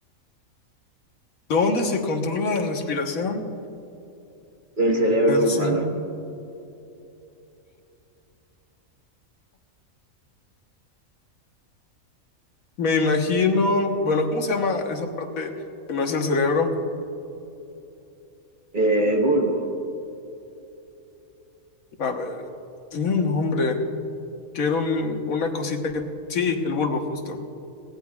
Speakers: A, on the left; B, on the right.
A: ¿Dónde se controla la respiración?
B: Del cerebro
A: En el
B: humano.
A: cerebro. Me imagino. Bueno, ¿cómo se llama esa parte que no es el cerebro?
B: Eh, bulbo,
A: A ver, tenía un nombre. Que era un- una cosita que. Sí, el bulbo, justo.